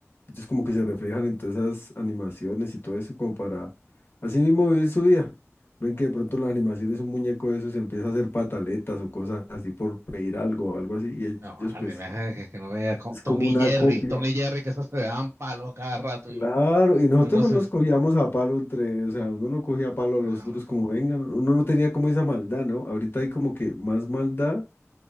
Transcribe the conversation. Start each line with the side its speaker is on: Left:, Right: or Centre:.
Left: Ellos como que se reflejan en todas esas animaciones y todo eso como para así mismo vivir su vida. Ven que de pronto las animaciones, un muñeco de esos empieza a hacer pataletas o cosas así por pedir algo o algo así y
Right: No, vale,
Left: ellos pues
Right: me deja que, que no vea co-
Left: es como
Right: Tom y
Left: una
Right: Jerry,
Left: copia.
Right: Tom y Jerry que esos se daban palos a cada rato
Left: Claro,
Right: y,
Left: y nosotros
Right: y uno
Left: no
Right: se...
Left: nos cogíamos a palo entre, o sea, uno no cogía a palo
Right: Ah,
Left: a los otros
Right: bueno.
Left: como vengan, uno no tenía como esa maldad, ¿no? Ahorita hay como que más maldad